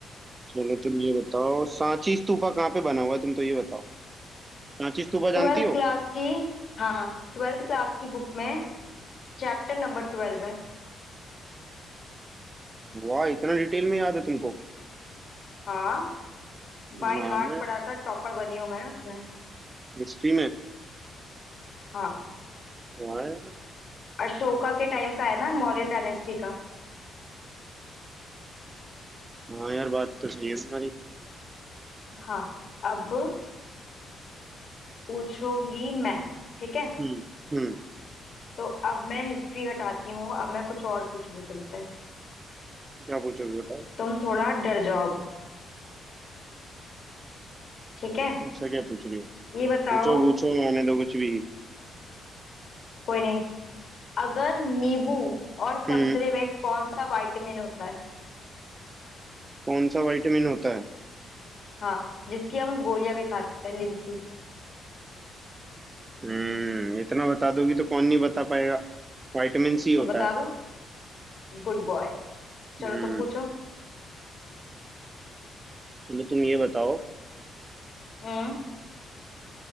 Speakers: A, on the right; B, on the left.
A: चलो तुम ये बताओ सांची स्तूपा कहाँ पे बना हुआ है तुम तो ये बताओ सांची स्तूपा
B: ट्वेल्थ
A: जानती हो
B: क्लास की हाँ ट्वेल्थ क्लास की बुक में चैप्टर नंबर ट्वेल्व है
A: वाह इतना डिटेल में याद है तुमको
B: हाँ बाय
A: कमाल
B: हार्ट
A: है
B: पढ़ा था टॉपर बनी हूं मैं उसमें
A: हिस्ट्री में
B: हाँ
A: वाह यार।
B: अशोका के टाइम का है ना मौर्यन डायनेस्टी का
A: हाँ यार बात तो सही है तुम्हारी
B: हाँ अब पूछूंगी मैं ठीक है
A: हम्म हम्म
B: तो अब मैं हिस्ट्री हटाती हूँ अब मैं कुछ और पूछूंगी तुमसे
A: क्या पूछोगे बताओ
B: तुम थोड़ा डर जाओ अब, ठीक है
A: ऐसा क्या पूछ रही हो
B: ये बताओ
A: पूछो पूछो आने दो कुछ भी
B: कोई नहीं अगर नींबू और संतरे
A: हम्म
B: में कौन सा विटामिन होता है
A: कौन सा विटामिन होता है
B: हाँ जिसकी हम गोलियां भी खाते हैं लिमसी
A: हम्म इतना बता दोगी तो कौन नहीं बता पाएगा विटामिन सी होता
B: तो बता
A: है
B: दो Good boy चलो
A: हम्म
B: तुम पूछो
A: चलो तुम ये बताओ
B: हम्म